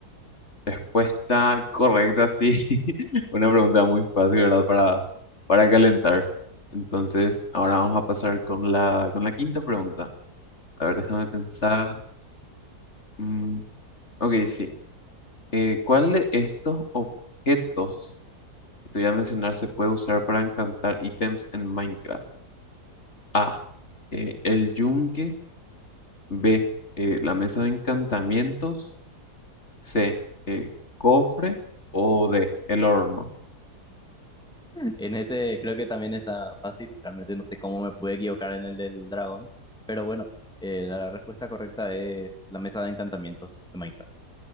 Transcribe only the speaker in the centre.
En este creo que también está fácil. Realmente no sé cómo me pude equivocar en el del dragón. Pero bueno, eh, la respuesta correcta es la mesa de encantamientos de Minecraft.